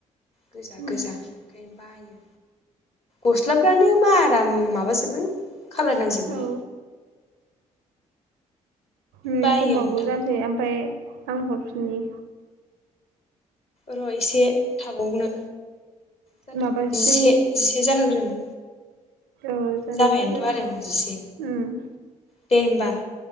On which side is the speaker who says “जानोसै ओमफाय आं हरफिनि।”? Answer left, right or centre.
Right